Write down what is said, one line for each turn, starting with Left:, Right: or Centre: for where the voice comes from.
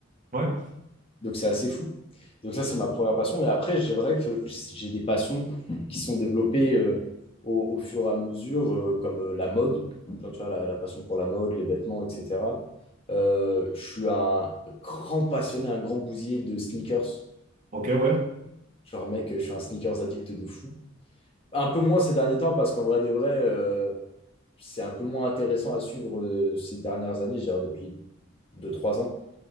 Right: ouais.
Left: Donc c'est assez fou. Donc ça, c'est ma première passion. Et après, c'est vrai que j'ai des passions qui sont développées euh, au, au, fur et à mesure, euh, comme euh, la mode, Genre, tu vois, la, la, passion pour la mode, les vêtements, etc. je suis un grand passionné, un grand bousier de sneakers.
Right: Ok, ouais.
Left: Genre, mec, je suis un sneakers addict de fou. Un peu moins ces derniers temps, parce qu'en vrai de vrai, euh, c'est un peu moins intéressant à suivre euh, ces dernières années, j'ai depuis deux trois ans.